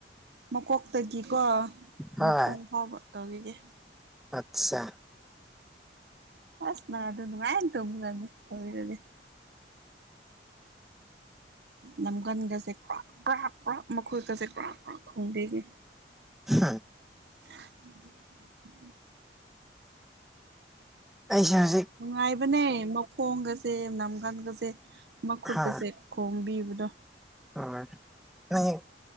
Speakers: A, on the right (about 65°); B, in the centre.
A: ꯃꯀꯣꯛꯇꯒꯤꯀꯣ
B: ꯍꯣꯏ
A: ꯃꯈꯣꯡ ꯐꯥꯎꯕ ꯇꯧꯕꯤꯒꯦ
B: ꯑꯠꯆꯥ
A: ꯑꯁ ꯅꯪꯗꯣ ꯅꯨꯡꯉꯥꯏꯅ ꯇꯨꯝꯔꯅꯤ ꯇꯧꯕꯤꯔꯗꯤ ꯅꯝꯒꯟꯒꯁꯦ ꯀ꯭ꯔꯣꯛ ꯀ꯭ꯔꯣꯛ ꯀ꯭ꯔꯣꯛ ꯃꯈꯨꯠꯒꯁꯦ ꯀ꯭ꯔꯣꯛ ꯀ꯭ꯔꯣꯛ ꯈꯣꯡꯕꯤꯒꯦ
B: <unintelligible>
A: <unintelligible>
B: ꯄꯩꯁꯥꯁꯦ
A: ꯅꯨꯡꯉꯥꯏꯕꯅꯦ ꯃꯈꯣꯡꯒꯁꯦ ꯅꯝꯒꯟꯒꯁꯦ ꯃꯈꯨꯠꯀꯁꯦ
B: ꯍꯥ
A: ꯈꯣꯡꯕꯤꯕꯗꯣ
B: ꯍꯣꯏ ꯅꯪ